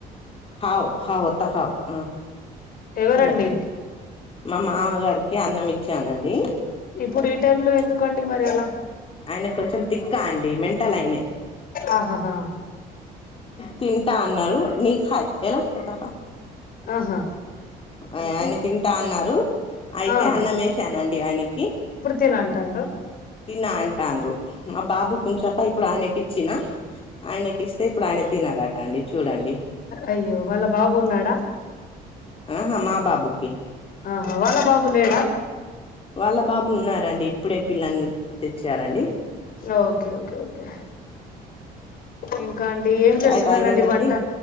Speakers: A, on the left; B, on the left.
A: హావ్ హవత హావ్ ఊ
B: ఎవరండి
A: హలో మా మామగారికి అన్నం ఇచ్చానండి
B: ఇప్పుడు ఈ టైమ్లో ఎందుకండి మరి అలా
A: ఆయన కొంచెం తిక్క అండి మెంటల్ అయినే
B: ఆహా హా
A: తింటా అన్నారు నీఖ్ ఎలా ఏ
B: ఆహా
A: ఆయన తింటా అన్నారు అయితే
B: ఆ
A: అన్నమేశానండి ఆయనకి
B: తినా అంటా అండ్రు
A: తిన అంటాండ్రు మా బాబు ఉంచక ఇప్పుడు ఆయనకి ఇచ్చినా ఆయనకి ఇస్తే ఇప్పుడు ఆయన తినారట అండి చూడండి
B: అయ్యో వాళ్ళ బాబు ఉన్నాడా
A: ఆహ మా బాబూకి
B: ఆహా వాళ్ళ బాబు లేడా
A: వాళ్ళ బాబు ఉన్నారండి ఇప్పుడే పిల్లల్ని తెచ్చారండి
B: ఓకే ఓకే ఓకే ఇంకా అండి ఏం
A: చాయ్
B: చేస్తున్నారండి
A: తాగిండ్రండి
B: వంట